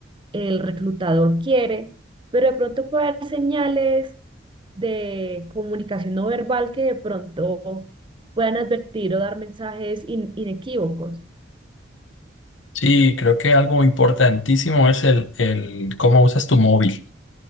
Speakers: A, on the right; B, on the left.
A: el reclutador quiere, pero de pronto puede haber señales de comunicación no verbal que de pronto puedan advertir o dar mensajes in- inequívocos.
B: Sí, creo que algo importantísimo es el, el cómo usas tu móvil.